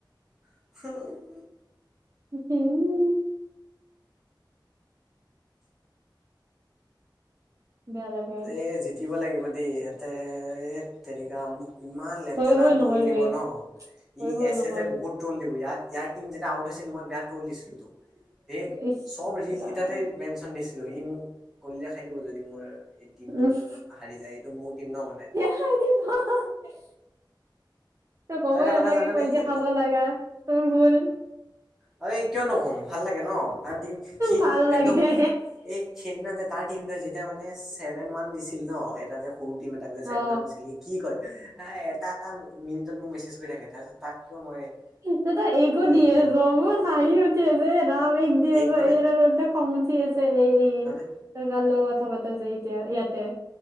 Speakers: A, in the centre; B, on the right (about 40°).
A: <unintelligible>
B: হম। বেয়া লাগে
A: এ জিতিব লাগিব দেই ইহঁতে এত তেৰিকা মোক ইমান লেতেৰা
B: হৈ হৈ নহ'ল
A: ট্ৰল দিব
B: বে
A: ন,
B: হৈ
A: ই
B: হৈ
A: এছে
B: নহ'ল
A: যে বহুত ট্ৰল দিব ইয়াত ইয়াৰ টিম যেতিয়া আউট হৈছিল মই বেয়া ট্ৰল দিছিলোতো। সেই
B: ইচ
A: চব ৰিল
B: ৰাম
A: কেইটাতে মেনচন দিছিলো। সি মোক কলিজা খাই দিব যদি মোৰ টিমটোত
B: উফ
A: হাৰি যায় এইটো মোৰ টিম ন মানে।
B: <unintelligible> ত কবই
A: তই এটা
B: নালাগে
A: কথা জানানে
B: কলিজা
A: এইটো
B: খাব লাগা, তোৰ ভুল।
A: হাৰে কিয় নকম ভাল লাগে ন, তাৰ টিম সি
B: ভাল লাগে
A: একদম এ সেইদিনা যে তাৰ টিমটোৱ যেতিয়া মানে ছেভেন ওৱান দিছিল ন এটা যে সৰু টিম এটাক যে
B: অ
A: ছেভেন ৱান দিছিল সি কি কয় আ এটা এটা মিনিটত মোক মেছেজ কৰি থাকে তাৰপিছত তাক কিয় মই
B: তই ত এইকো
A: ট্ৰল
B: দি
A: নিদিম
B: আছ মোৰ হাঁহি উঠি আছে এই ৰাম এইক দি আছ
A: এক মানে
B: <unintelligible> খং উঠি আছে সেই এই,
A: মানে
B: তই কাৰলগত কথা পাত যে এতিয়া ইয়াতে।